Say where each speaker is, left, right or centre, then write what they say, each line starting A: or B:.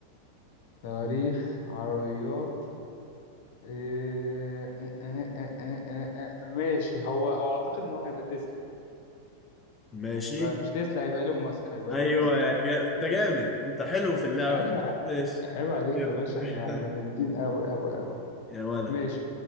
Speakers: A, on the left; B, on the left.
A: صواريخ عربيات إيه، آه، آه، آه، آه، آه، آه، آه، آه، ماشي هو او اعتقد ان هو هيبقى تسلا
B: ماشي
A: هيبقى مش تسلا هيبقى ايلون ماسك هيبقى
B: أيوة
A: ايلون ماسك
B: يا جا... أنت جامد أنت حلو في اللعبة
A: ايوه
B: دي ماشي
A: عيب عليك
B: جامد
A: يا باشا
B: <laughs>
A: احنا احنا جامدين قوي قوي قوي
B: يا ولد
A: ماشي